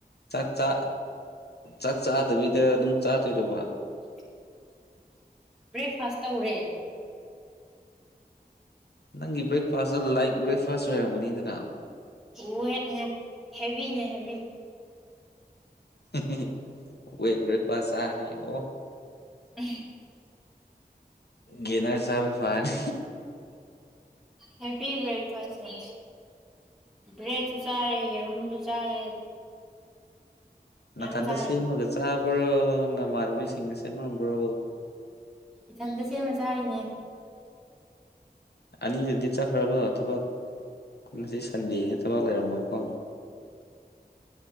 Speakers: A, on the left; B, in the centre.
A: ꯆꯥꯛ ꯆꯥ ꯆꯥꯛ ꯆꯥꯗꯕꯤꯗ ꯑꯗꯨꯝ ꯆꯥꯗꯣꯏꯔꯣꯕ꯫
B: <inaudible> ꯕ꯭ꯔꯦꯛꯐꯥꯁ ꯇꯧꯔꯦ꯫
A: ꯅꯪꯒꯤ ꯕ꯭ꯔꯦꯛꯐꯥꯁꯇꯣ ꯂꯥꯏꯠ ꯕ꯭ꯔꯦꯛꯐꯥꯁ ꯑꯣꯏꯔꯝꯒꯅꯤꯗꯅ꯫
B: <unintelligible> ꯍꯦꯚꯤꯅꯦ ꯍꯦꯚꯤ
A: ꯑꯩꯈꯣꯏ ꯕ꯭ꯔꯦꯛꯐꯥꯁ ꯆꯥꯔꯤ ꯑꯣ
B: <unintelligible>
A: ꯒꯦꯅꯔ ꯆꯥꯕꯅ ꯐꯥꯅꯤ
B: ꯍꯦꯕꯤ ꯕ꯭ꯔꯦꯛꯐꯥꯁꯁꯦ ꯕ꯭ꯔꯦꯗꯁꯨ ꯆꯥꯔꯦ ꯌꯦꯔꯨꯝꯁꯨ ꯆꯥꯔꯦ
A: ꯅꯊꯟꯇ
B: ꯌꯥꯝ ꯆꯥꯔꯦ
A: ꯁꯦꯝꯃꯒ ꯆꯥꯕ꯭ꯔꯣ ꯅꯃꯥꯟꯅꯕꯤꯁꯤꯡꯅ ꯁꯦꯝꯃꯝꯕ꯭ꯔꯣ
B: ꯏꯊꯟꯇ ꯁꯦꯝꯃ ꯆꯥꯔꯤꯅꯦ
A: ꯑꯅꯤꯗꯨꯗꯤ ꯆꯠꯈ꯭ꯔꯥꯕ ꯊꯕꯛ ꯉꯁꯤ ꯁꯟꯗꯦꯅꯦꯅ ꯊꯕꯛ ꯂꯩꯔꯝꯃꯣꯏꯀꯣ